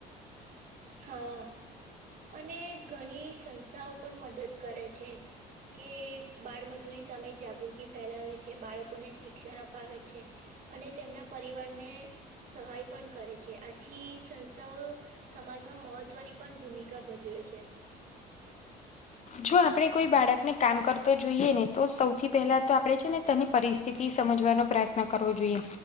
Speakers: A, on the right; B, on the left.
A: હા અને ઘની સંસ્થાઓ પન મદદ કરે છે. કે બાળમજૂરી સામે જાગૃતિ ફેલાવે છે, બાળકોને શિક્ષણ અપાવે છે. અને તેમના પરિવારને સહાય પન કરે છે આથી સંસ્થાઓ સમાજમાં મહત્ત્વની પન ભૂમિકા ભજવે છે.
B: જો આપણે કોઈ બાળકને કામ કરતો જોઈએ ને તો સૌથી પહેલા તો આપડે છે ને તેની પરિસ્થિતિ સમજવાનો પ્રયત્ન કરવો જોઈએ.